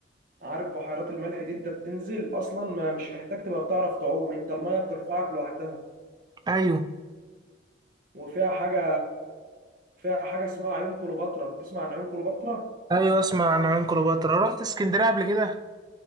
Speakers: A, on the right (about 45°); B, on the right (about 20°).
A: عارف بحيرات الملح دي انت بتنزل اصلا ما مش محتاج تبقى بتعرف تعوم انت الميه بترفعك لوحدها
B: ايوه
A: وفيها حاجة فيها حاجة اسمها عيون كليوباترا تسمع عن عيون كليوباترا؟
B: ايوه اسمع عن عين كليوباترا رحت اسكندريه قبل كده